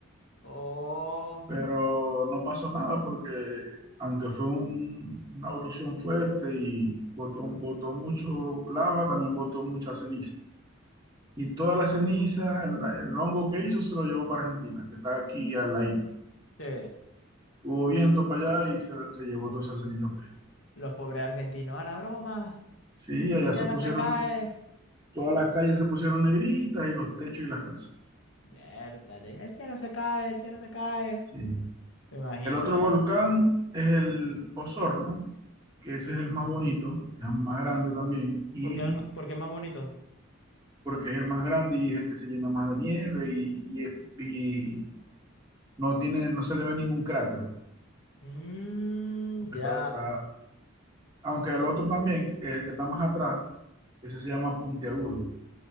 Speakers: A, on the left; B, on the right.
A: Oh,
B: pero no pasó nada porque aunque fue un- una erupción fuerte y botó, botó mucho lava, también botó mucha ceniza. y toda la ceniza, el, el hongo que hizo, se lo llevó para Argentina, que está aquí al ladito.
A: sí.
B: Hubo viento para allá y se, se llevó toda esa ceniza para allá.
A: Los pobres argentinos a la broma.
B: Sí, allá
A: El cielo
B: se pusieron,
A: se cae.
B: todas las calles se pusieron negritas y los techos y las casas.
A: Vértale. El cielo se cae, el cielo se cae.
B: Sí.
A: Me imagino,
B: El otro
A: ver.
B: volcán es el Osorno, que ese
A: Mm,
B: es el más bonito, es el más grande también, y
A: ¿Por qué, el ma- por qué es más bonito?
B: porque es el más grande y es el que se llena más de nieve y, y es- y no tiene, no se le ve ningún cráter,
A: Mm,
B: porque
A: ya.
B: está, está- aunque el otro también, que es el que está más atrás, Ese se llama puntiagudo,